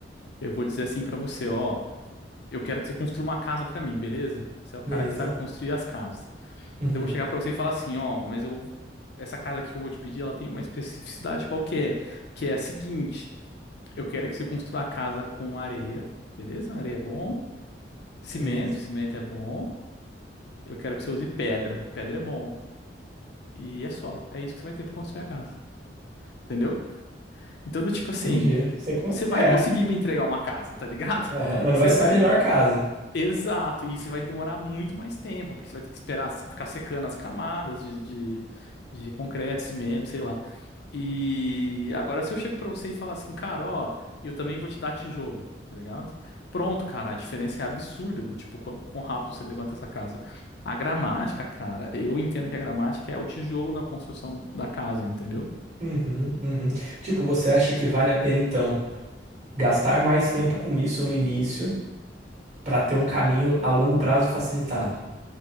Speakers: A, on the left; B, on the right.
A: Eu vou dizer assim pra você, ó, eu quero que você construa uma casa pra mim, beleza? Você é o cara
B: Beleza.
A: que sabe construir as casas.
B: Uhum,
A: Daí Eu vou chegar pra você e falar assim, ó, mas eu essa casa aqui que eu vou te pedir, ela tem uma especificidade qualquer, que é a seguinte, eu quero que você construa a casa com areia, beleza? Areia é bom, cimento,
B: beleza.
A: cimento é bom. Eu quero que você use pedra, pedra é bom. E é só, é isso que você vai ter pra construir a casa. Entendeu? Então, do tipo assim,
B: Entendi. Você con-
A: você vai
B: é,
A: conseguir me entregar uma casa, tá ligado?
B: Aham,
A: <laughs>
B: mas
A: Você
B: não vai ser
A: vai.
B: a melhor casa.
A: Exato, e você vai demorar muito mais tempo, porque você vai ter que esperar se- ficar secando as camadas de, de, de concreto, cimento, sei lá. E agora, se eu chego pra você e falar assim, cara, ó, eu também vou te dar tijolo, tá ligado? Pronto, cara, a diferença é absurda do tipo, quão, quão rápido você levanta essa casa. A gramática, cara, eu entendo que a gramática é o tijolo na construção da casa, entendeu?
B: Uhum, uhum. Tipo, você acha que vale a pena então? Gastar mais tempo com isso no início para ter um caminho a longo prazo facilitado.